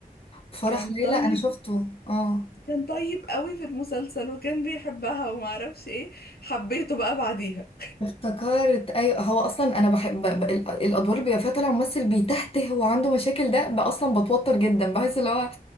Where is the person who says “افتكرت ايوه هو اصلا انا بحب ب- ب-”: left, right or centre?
Left